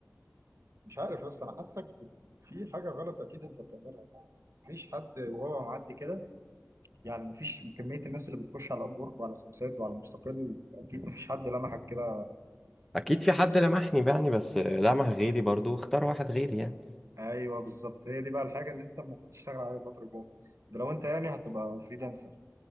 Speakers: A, on the right; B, in the centre.
A: مش عارف بس انا حاسك ب- في حاجه غلط اكيد انت بتعملها يعني مفيش حد وهو معدي كده يعني مفيش كميه الناس اللي بتخش على اب ورك وعلى خمسات وعلى مستقل اكيد مفيش حد لمحك كده
B: اكيد في حد لمحني يعني بس لمح غيري برضه اختار واحد غيري يعني
A: ايوه بالظبط هي دي بقى الحاجه اللي انت المفروض تشتغل عليها الفتره الجايه ده لو انت يعني هتبقى فريلانسر